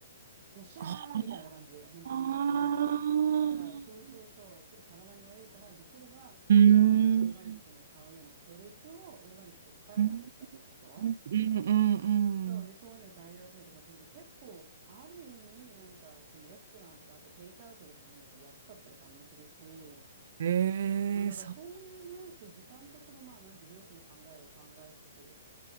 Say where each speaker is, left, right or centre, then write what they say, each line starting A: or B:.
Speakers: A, on the right (about 35°); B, on the right (about 50°).
A: もうシャーみたいな感じ本当にもうだからそうそうそうちょっと体に悪いからできればあのオーガニックのを買うようにしてるとオーガニックって高いじゃないですかやっぱちょっと。
B: あああ。うーん。うんうんうん
A: そうでそういうの材料集めとかすると結構ある意味なんかそのレストランとかあとテイクアウトとかの方が安かったりたまにするし
B: うんうん。ええ、
A: あ、だからそういうね、
B: そう。
A: そう、時間とそのまあ、なんて料金の考えを考えつつ、